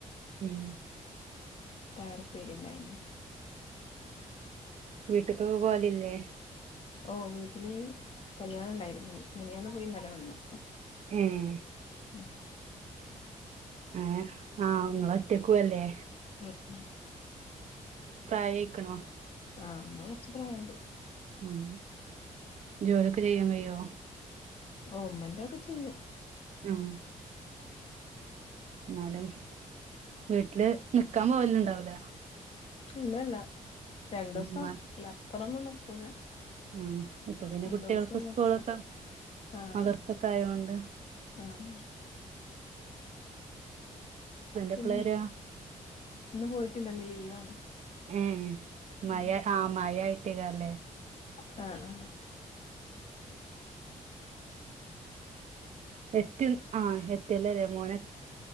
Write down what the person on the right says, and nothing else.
ഉം
വീട്ട്ക്കൊക്കെ പോവലില്ലേ?
ഏഹ
ഏ ആ, ങ്ങള്റ്റക്കും അല്ലേ.
പ്രായായിക്കണോ?
ഉം, ജോലിയൊക്കെചെയ്യാൻ, കയോ
ആഹ. ന്നാലും വീട്ടില് നിക്കാൻ, പോവലുണ്ടാവല
ഉമ്മാ
ഉം, ഇപ്പൊ പിന്നെ
കുട്ടിൾക്ക് സ്കൂളൊക്കെ
മദ്രസ ക്കൊയൊണ്ട്.
എപ്പളാ വരാ
എ മഴആആയിട്ടേയ്ക്കാരം.
ല്ലേ
എററൽ ആ എറ്റല്ലല്ലേ, മോന